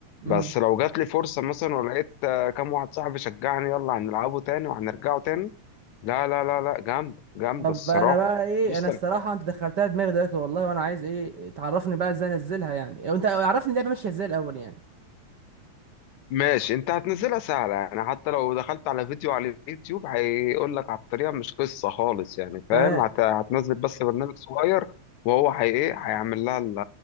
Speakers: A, on the right (about 65°); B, on the left (about 80°).
A: امم
B: بس لو جات لي فرصة مثلا ولقيت آه، كام واحد صاحبي شجعني يلا هنلعبه تاني وهنرجعه تاني لا لا لا لا جامدة جامدة
A: طب
B: الصراحة
A: انا بقى ايه
B: بص
A: انا الصراحه
B: أنا-
A: انت دخلتها دماغي دلوقتي والله وانا عايز ايه تعرفني بقى ازاي انزلها يعني انت عرفني اللعبه ماشيه ازاي الاول يعني
B: ماشي انت هتنزلها سهلة يعني حتى لو دخلت على فيديو على اليوتيوب هيقول لك على الطريقة مش قصة خالص يعني
A: تمام
B: فاهم هت... هتنزل بس برنامج صغير وهو هي ايه هيعمل لها ال-